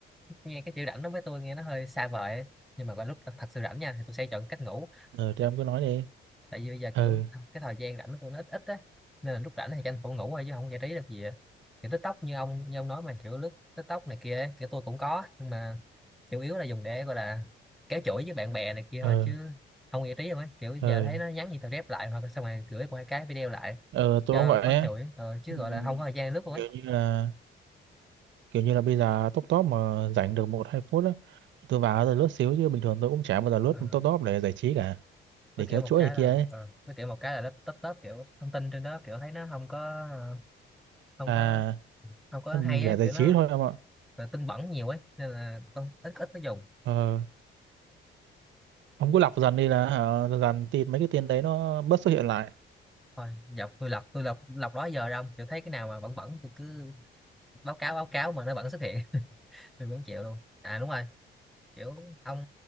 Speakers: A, in the centre; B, on the right.
A: nghe cái chữ rảnh đó với tôi nghe nó hơi xa vời ấy. nhưng mà vào lúc thật, thật sự rảnh nha thì tôi sẽ chọn cách ngủ
B: ờ thì ông cứ nói đi
A: tại vì bây giờ
B: ờ
A: kiểu cái thời gian rảnh của tôi nó ít ít á nên là lúc rảnh thì tranh thủ ngủ thôi chứ không giải trí được gì á. kiểu TikTok như ông như ông nói mà kiểu lướt TikTok này kia ấy, kiểu tôi cũng có nhưng mà chủ yếu là dùng để gọi là kéo chuỗi với bạn bè này kia thôi
B: ờ
A: chứ không giải trí đâu ấy kiểu giờ
B: ờ
A: thấy nó nhắn gì tao rep lại hoặc là xong rồi gửi qua cái video lại
B: ờ tôi
A: cho
B: cũng vậy
A: có
B: ấy.
A: chuỗi ờ, chứ
B: Ừ,
A: gọi là không có thời gian lướt luôn ấy
B: kiểu như là kiểu như là bây giờ top top mà rảnh được một hai phút á, tôi vào tôi lướt xíu chứ bình thường tôi cũng chả bao giờ lướt
A: ừ.
B: top top để giải trí cả
A: với
B: để
A: kiểu
B: kéo
A: một
B: chuỗi
A: cái
B: này kia
A: là
B: ấy
A: ờ, với kiểu một cái là nó tấp tấp kiểu thông tin trên đó kiểu thấy nó không có ờ, không
B: à
A: có không có hay
B: để
A: á
B: giải
A: kiểu
B: trí
A: nó
B: thôi em ạ
A: là tin bẩn nhiều ấy nên là con ít ít nó dùng
B: ờ, ông cứ lọc dần đi là hả, dần tin mấy cái tin đấy nó bớt xuất hiện lại
A: thôi dọc tôi lọc tôi lọc lọc đó giờ ra không kiểu thấy cái nào mà bẩn bẩn tôi cứ báo cáo báo cáo mà nó vẫn xuất hiện <laughs> tôi cũng chịu luôn à đúng rồi kiểu ông